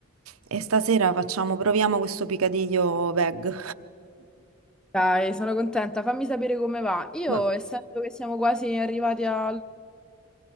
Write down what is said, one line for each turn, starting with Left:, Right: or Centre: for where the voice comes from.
Right: e stasera facciamo, proviamo questo picadiglio veg.
Centre: Dai, sono contenta. Fammi sapere come va. Io,
Right: <laughs> Vabbè.
Centre: essendo che siamo quasi arrivati al...